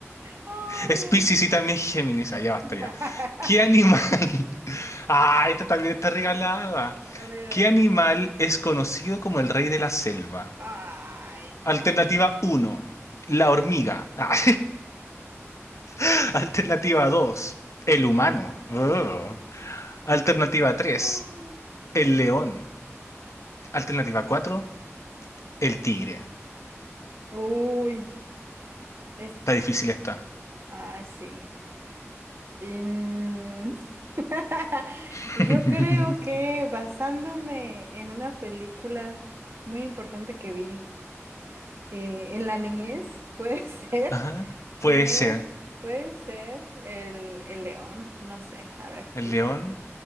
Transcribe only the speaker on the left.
Especies
y también Géminis. ah, ya basta ya.
¿Qué
animal? <laughs> Ah, esta también está regalada.
¿Qué
animal es conocido como el rey de la selva?
Alternativa uno, la hormiga. Ah, <laughs> Alternativa 2, el humano. Oh. Alternativa tres,
el león. Alternativa 4, el tigre.
Está difícil esta.
<laughs>
Ajá. Puede
ser.
El
león.